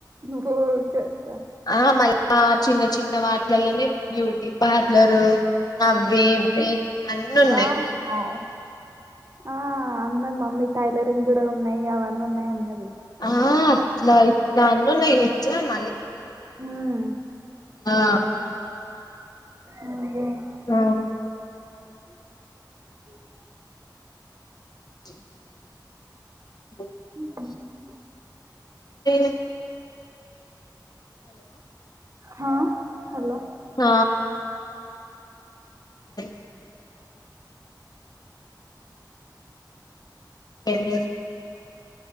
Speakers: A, on the right; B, on the left.
A: హో కథా
B: ఆ మళ్ళా చిన్న చిన్న వాటిలల్లనే బ్యూటీ పార్లరు అవి ఇవి అన్నీ ఉన్నయి.
A: వామ్మో! ఆ ఆ అన్నది మమ్మీ టైలరింగ్ కూడా ఉన్నాయి అవన్నీ ఉన్నాయి అన్నది.
B: ఆ అట్లా ఇట్లా అన్ని ఉన్నాయి నిజం
A: హ్మ్.
B: ఆ
A: ఉహు
B: ఆ
A: ఓ <inaudible>
B: <inaudible> బ <inaudible>
A: మ్
B: ఏ
A: హా హలో
B: ఆ <inaudible> ఏం చేస్తునా